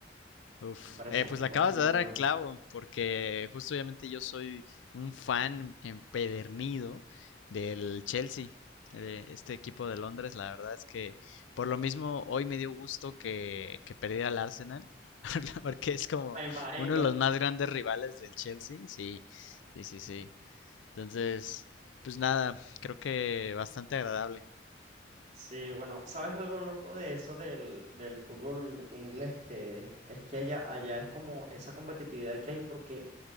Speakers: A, on the left; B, on the right.
A: Uf,
B: Me parecían
A: eh, pues
B: equipos
A: le acabas
B: muy
A: de dar
B: buenos.
A: al clavo, porque justo obviamente yo soy un fan empedernido del Chelsea, de este equipo de Londres. La verdad es que por lo mismo hoy me dio gusto que, que perdiera el Arsenal, <laughs> porque es como
B: Me imagino.
A: uno de los más grandes rivales del Chelsea. Sí, sí, sí, sí. Entonces, pues nada, creo que bastante agradable.
B: Sí, bueno, ¿sabes algo loco de eso del, del fútbol inglés? Que es que allá, allá es como esa competitividad que hay porque